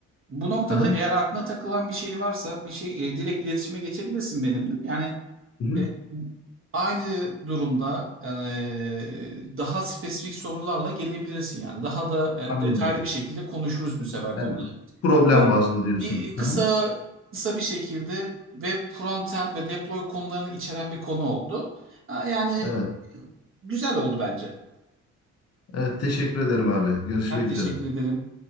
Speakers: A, on the right; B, on the left.
A: Bu noktada
B: Aha.
A: eğer aklına takılan bir şey varsa bir şey e, direkt iletişime geçebilirsin benimle. Yani
B: Hı-hı.
A: e, aynı durumda yani e, daha spesifik sorularla gelebilirsin yani. Daha da
B: Anladım.
A: e, detaylı bir şekilde konuşuruz bu sefer
B: Yani
A: konuları.
B: problem
A: Yani bu
B: bazlı diyorsun.
A: e, kısa
B: Aha.
A: kısa bir şekilde web frontend ve deploy konularını içeren bir konu oldu. Ha, Yani e,
B: Evet.
A: güzel oldu bence.
B: Evet, teşekkür ederim abi. Görüşmek
A: Ben teşekkür
B: üzere.
A: ederim.